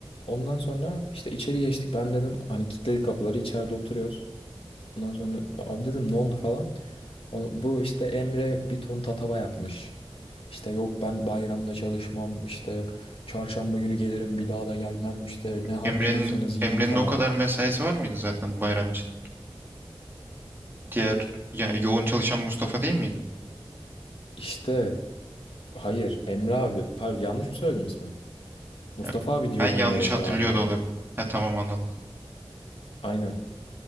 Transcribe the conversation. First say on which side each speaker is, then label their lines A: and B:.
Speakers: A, on the left; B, on the right.
A: Ondan sonra işte içeri geçtik. Ben dedim hani kilitledik kapıları içeride oturuyoruz. Ondan sonra abi dedim ne oldu falan. O- Bu işte Emre bir ton tatava yapmış. İşte yok ben bayramda çalışmam işte çarşamba günü gelirim bir daha da gelmem işte ne halt
B: Emre'nin
A: yiyorsanız yiyin
B: Emre'nin
A: falan.
B: o kadar mesaisi var mıydı zaten bayram için? Diğer yani yoğun çalışan Mustafa değil miydi?
A: İşte hayır Emre abi pardon, yanlış mı söyledim ismi? Mustafa
B: Ya,
A: abi diyor
B: Ben yanlış
A: bunları Emre
B: hatırlıyor
A: abiye.
B: da olabilir. Ha tamam anladım.
A: Aynen.